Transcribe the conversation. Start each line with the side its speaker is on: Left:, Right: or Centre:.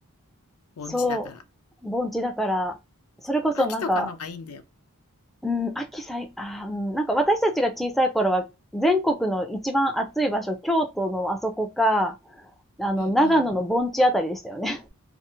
Left: 盆地だから。
Centre: そう。盆地だから、それこそなんか、
Left: そう、秋とかのがいいんだよ。
Centre: うん、秋さあーうん、なんか私たちが小さい頃は、全国の一番暑い場所、京都のあそこか、あの、
Left: うんうん。
Centre: 長野の盆地あたりでしたよね。